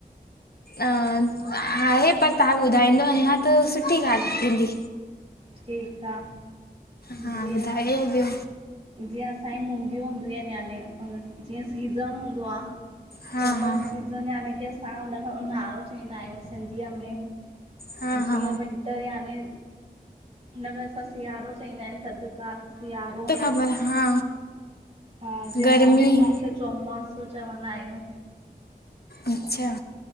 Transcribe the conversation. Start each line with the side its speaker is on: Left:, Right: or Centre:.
Left: आहे पर तव्हां ॿुधाईंदव अञा त सुठी ॻाल्हि थींदी।
Right: ठीक आ।
Left: हा
Right: जीअं
Left: ॿुधायो ॿियो।
Right: जीअं असांजी मुंदियूं हूंदियूं आहिनि, याने जीअं सीज़न हूंदो आ
Left: हा
Right: समर
Left: हा
Right: सीज़न यानी की, असां उनखे ऊन्हारो चवंदा आहियूं सिंधीअ में
Left: हा हा
Right: जीअं विंटर याने हुनखे असां सिआरो चवंदा आहियूं, थंदकार सिआरो
Left: पर हा
Right: हा जीअं
Left: गर्मी
Right: मानसून खे चोमासो चवंदा आहियूं।
Left: अच्छा